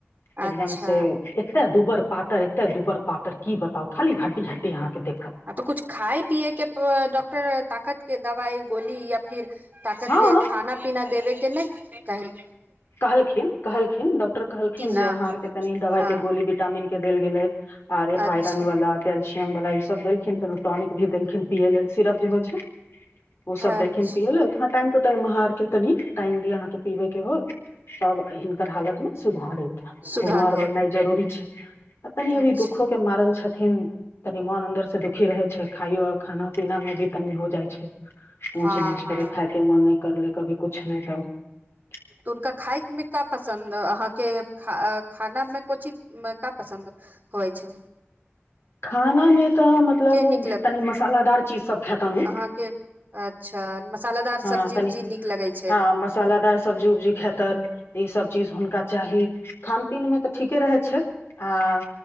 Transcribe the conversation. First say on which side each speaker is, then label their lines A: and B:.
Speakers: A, on the left; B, on the right.
A: एकदम
B: अच्छा
A: से एते दूबर पातर एते दुबर पातर की बताउ खाली हड्डी हड्डी अहाँके देख
B: हँ तऽ कुछ खाए पीयै के डॉक्टर ताकत के दवाई गोली या फिर ताकत
A: हँ
B: के खाना पीना देबै के नहि काल्हि
A: कहलखिन कहलखिन डॉक्टर कहलखिन
B: कि
A: जे
B: न
A: अहाँ आरके तनि दवाइ
B: हँ
A: के गोली विटामिन के देल गेलै आरे
B: अच्छा
A: आयरन वाला क सिय वाला ई सब देलखिन प्रानिक भी देलखिन पीयै लेल ए सिरप जे होइ छै ओ सब
B: अच्छा
A: देलखिन पियल त टाइमहाररके तनी टाइम दी अहाँके पीबे के होत तब हिनकर हालत में सुधारे
B: सुधार
A: खूनो आर
B: होय
A: बननाइ जरूरी छै आ तनि
B: अच्छा
A: अभी दुखो के मारल छथिन तनि मन अन्दर से दुखी रहै छै खाइयो आ खाना पीना मे भी तनी हो जाइ छै
B: हँ
A: ऊंच निच
B: हँ
A: कनै खाके मन करले कभी कुछ नहि त
B: तऽ हुनका खायमे का पसन्द अहाँके खानामे को ची क पसन्द होइ छै
A: खाना मे खाना में मतलब
B: के नीक लग
A: तनि मसालादार चीज सब खेतन ऊ
B: अहाँके अच्छा मसालादार
A: हँ
B: सब्जी
A: तनि
B: उब्जी नीक लगै छै
A: हँ मसासादार सब्जी- उब्जी खेतन ई सब चीज हुनका चाहि खान- पीन में त ठीके रहय छै हँ